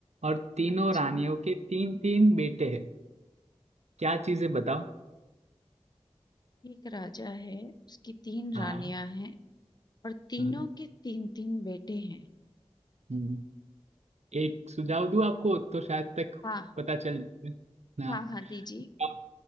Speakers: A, on the right; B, on the left.
A: और तीनों
B: अच्छा
A: रानियों के तीन तीन बेटे हैं क्या चीजें बताओ
B: एक राजा है उसकी तीन
A: हाँ
B: रानियां हैं और तीनों
A: हाँ
B: के तीन तीन बेटे हैं
A: हम्म एक सुझाव दूं आपको तो शायद तक
B: हाँ
A: पता चल ना
B: हाँ हाँ दीजिए
A: आप-